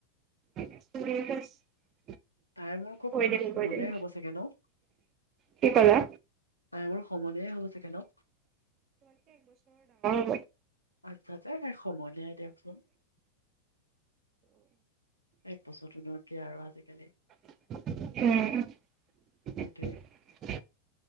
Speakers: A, on the right (about 30°); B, on the left (about 85°).
A: <unintelligible>
B: তাই মোৰ খুব
A: কৈ
B: খ
A: দিম
B: - সমনীয়ায়ে
A: কৈ দিম
B: হ'ব চাগে ন?
A: কি ক'লা
B: তাই মোৰ সমনীয়ায়ে হ'ব চাগে ন?
A: হয়।
B: আচ্ছা আচ্ছা, এ সে সমনীয়াই দিয়ক। <unintelligible> এক বছৰটো নো কি আৰু আজিকালি!
A: উম
B: সেইটোৱে